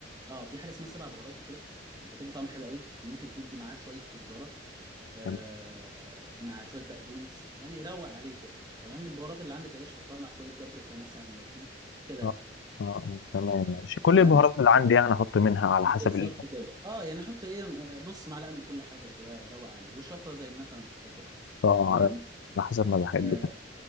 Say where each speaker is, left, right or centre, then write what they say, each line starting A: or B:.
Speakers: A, on the right (about 20°); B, on the left (about 70°).
A: اه في حاجه اسمها سبع بهارات كده بتدي طعم حلو قوي ممكن تدي معاه شويه كزبره آه
B: جنب-
A: مع شويه بقدونس يعني يروق عليه كده تمام البهارات اللي عندك يا باشا حطها مع شويه بابريكا مثلا لو في كده
B: اه
A: يعني
B: اه آه، تمام ماشي كل
A: تمام
B: البهارات اللي عندي يعني احط منها على
A: بالظبط
B: حسب ال...
A: كده اه يعني حط ايه آه، نص معلقه من كل حاجه كده روق عليه والشطه زي ما انت ما بتحب بقى
B: اه
A: تمام
B: على على حسب ما بحب
A: اه
B: تمام.